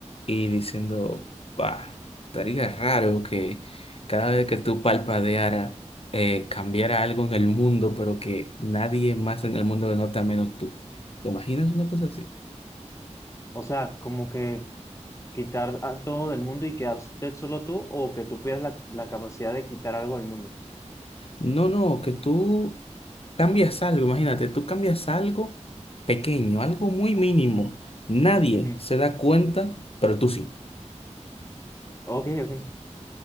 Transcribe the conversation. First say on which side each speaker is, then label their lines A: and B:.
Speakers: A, on the left; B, on the left.
A: y diciendo, pa, estaría raro que cada vez que tú palpadeara eh, cambiara algo en el mundo, pero que nadie más en el mundo lo nota menos tú. ¿Te imaginas una cosa así?
B: O sea, como que quitar a todo del mundo y quedarte solo tú o que tú pierdas la, la capacidad de quitar algo del mundo.
A: No, no, que tú cambias algo, imagínate, tú cambias algo pequeño, algo muy mínimo. Nadie
B: Ujú.
A: se da cuenta, pero tú sí.
B: Ok, ok.